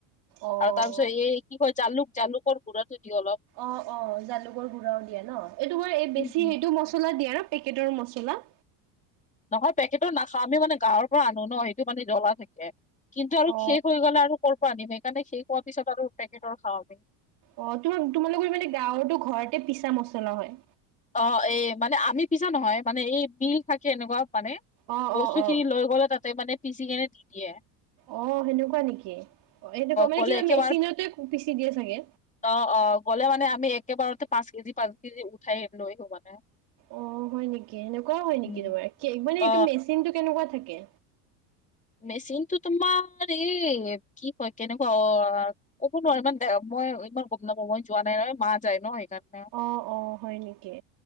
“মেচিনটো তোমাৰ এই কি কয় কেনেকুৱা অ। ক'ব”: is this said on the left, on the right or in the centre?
Left